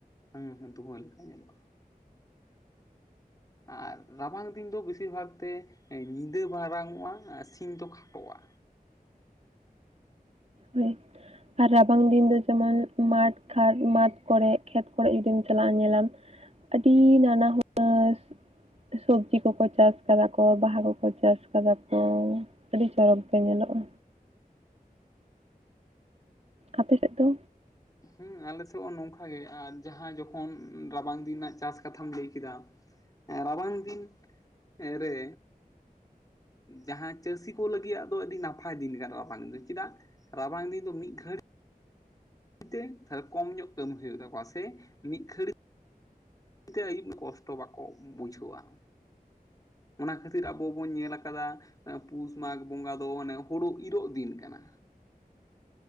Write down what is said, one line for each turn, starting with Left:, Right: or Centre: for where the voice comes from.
Left: ᱦᱩᱸ ᱦᱩᱸ ᱫᱩᱸᱦᱟᱹ ᱞᱮᱠᱟ ᱧᱮᱞᱚᱜᱼᱟ᱾ ᱟᱨ ᱨᱟᱵᱟᱝ ᱫᱤᱱ ᱫᱚ ᱵᱤᱥᱤᱨ ᱵᱷᱟᱜᱽ ᱛᱮ ᱦᱮᱸ ᱧᱤᱫᱟᱹ ᱢᱟᱨᱟᱝ ᱚᱜᱼᱟ ᱟᱨ ᱥᱤᱧ ᱫᱚ ᱠᱷᱟᱴᱚᱜᱼᱟ
Right: ᱳᱭᱮᱴ ᱟᱨ ᱨᱟᱵᱟᱝ ᱫᱤᱱ ᱫᱚ ᱡᱮᱢᱚᱱ ᱢᱟᱴᱷ ᱠᱷᱟᱴ ᱢᱟᱴᱷ ᱠᱚᱨᱮ ᱠᱷᱮᱛ ᱠᱚᱨᱮ ᱡᱩᱫᱤᱢ ᱪᱟᱞᱟᱜᱼᱟ ᱧᱮᱞᱟᱢ ᱟᱹᱰᱤ ᱱᱟᱱᱟ ᱦᱩᱱᱟᱹᱨ ᱥᱚᱵᱡᱤ ᱠᱚᱠᱚ ᱪᱟᱥ ᱠᱟᱫᱟ ᱠᱚ ᱵᱟᱦᱟ ᱠᱚᱠᱚ ᱪᱟᱥ ᱠᱟᱫᱟ ᱠᱚ ᱟᱹᱰᱤ ᱪᱚᱨᱚᱠ ᱜᱮ ᱧᱮᱞᱚᱜᱼᱟ᱾ ᱟᱯᱮ ᱥᱮᱫ ᱫᱚ?
Left: ᱦᱩᱸ ᱟᱞᱮ ᱥᱮᱫ ᱦᱚᱸ ᱱᱚᱝᱠᱟ ᱜᱮ ᱟᱨ ᱡᱟᱦᱟᱸ ᱡᱚᱠᱷᱚᱱ ᱨᱟᱵᱟᱝ ᱫᱤᱱ ᱱᱟᱜ ᱪᱟᱥ ᱠᱟᱛᱷᱟᱢ ᱞᱟᱹᱭ ᱠᱮᱫᱟ ᱮ ᱨᱟᱵᱟᱝ ᱫᱤᱱ ᱨᱮ ᱡᱟᱦᱟᱸ ᱪᱟᱹᱥᱤ ᱠᱚ ᱞᱟᱹᱜᱤᱫ ᱟᱜ ᱫᱚ ᱟᱹᱰᱤ ᱱᱟᱯᱟᱭ ᱫᱤᱱ ᱜᱟᱨᱚᱜᱼᱟ ᱵᱟᱝ ᱫᱚ ᱪᱮᱫᱟᱜ ᱨᱟᱵᱟᱝ ᱫᱤᱱ ᱫᱚ ᱢᱤᱫ ᱜᱷᱟᱹᱲᱤ <unintelligible> ᱠᱚᱢ ᱧᱚᱜ ᱠᱟᱹᱢᱤ ᱦᱩᱭᱩᱜ ᱛᱟᱠᱚᱣᱟ ᱥᱮ ᱢᱤᱫ ᱜᱷᱟᱹᱲᱤ ᱛᱮ ᱟᱹᱭᱩᱵ ᱠᱚᱥᱴᱚ ᱵᱟᱠᱚ ᱵᱩᱡᱷᱟᱹᱣᱟ ᱚᱱᱟ ᱠᱷᱟᱹᱛᱤᱨ ᱟᱵᱚ ᱵᱚᱱ ᱧᱮᱞ ᱟᱠᱟᱫᱟ ᱮ ᱯᱩᱥ ᱢᱟᱜᱽ ᱵᱚᱸᱜᱟ ᱫᱚ ᱚᱱᱮ ᱦᱩᱲᱩ ᱤᱨᱚᱜ ᱫᱤᱱ ᱠᱟᱱᱟ᱾